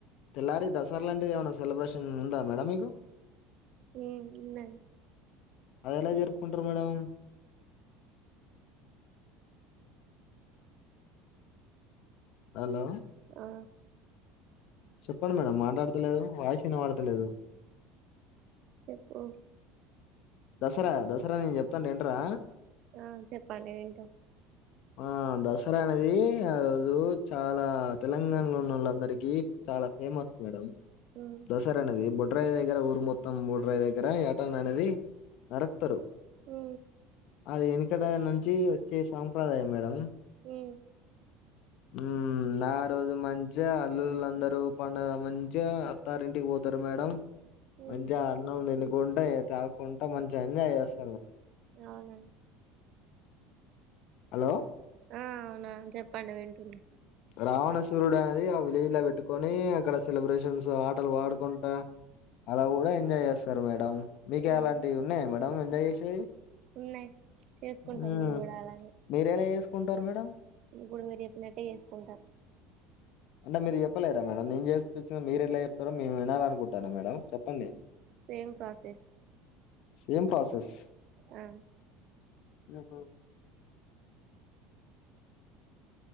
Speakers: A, on the left; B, on the right.
A: తెల్లారి దసరా లాంటిది ఏమైనా సెలబ్రేషన్ ఉందా మేడం మీకు
B: ఉ ఉన్నాయ్
A: అదేలా జరుపుకుంటారు మేడం హలో
B: ఆ
A: చెప్పండి మేడం మాట్లాడతలేరు వాయిస్ వినబడతలేదు
B: చెప్పు
A: దసరా దసరా నేను జొప్తా ఇంటరా
B: ఆ చెప్పండి వింట
A: ఆ దసరా అనేది ఆ రోజు చాలా తెలంగాణలో ఉన్న వాళ్ళందరికి చాలా ఫేమస్ మేడం
B: ఉమ్
A: దసరా అనేది బొడ్ బొడ్రాయి దగ్గర ఊరు మొత్తం బొడ్రాయి దగ్గర ఏటన్ అనేది నరక్తరు
B: ఉ
A: అది వెనుకడ నుంచి వచ్చే సాంప్రదాయం మేడం
B: ఉ
A: ఉ ఆ రోజు మంచిగా అల్లులందరు పండుగ మంచిగా అత్తారింటికి పోతారు మేడం
B: ఉమ్
A: మంచిగా అన్నం దినిక్ ఉంటాయి కదా తాగు కుంట మంచిగా ఎంజాయ్ జేస్
B: అవునా
A: అలో
B: ఆ అవునా జెప్ పండి వింటున్న
A: రావణసూరుడు అది ఆ విలేజ్ లో పెట్టుకొని అక్కడ సెలబ్రేషన్స్ ఆటలు పాడుకుంటా అలా కూడా ఎంజాయ్ చేస్తారు మరి మీకు
B: అవును
A: అలాంటివి ఉన్నాయా మేడం ఎంజాయ్ చేసేవి
B: ఉన్నాయి చేసుకుంటాం
A: ఉ
B: మేము కూడా అలానే
A: మీరు ఎలా చేస్ కుంటారు మేడం
B: ఇప్పుడు మీరు చెప్పినట్టే చేసుకుంటాం
A: అంటే మీరు చెప్పలేరా మేడం నేను చెప్పిన మీరు ఎట్లా చెప్తారో మేము వినాలనుకుంటాను మేడం చెప్పండి
B: సేమ్ ప్రాసెస్
A: సేమ్ ప్రాసెస్
B: ఆ
A: ఓహో